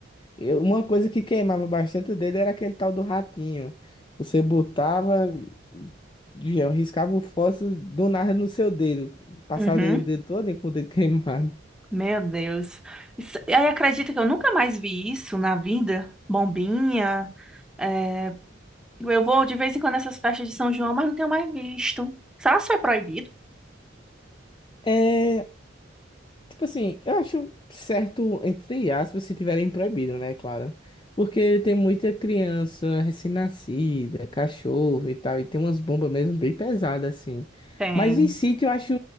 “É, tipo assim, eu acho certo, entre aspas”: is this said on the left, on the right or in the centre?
Left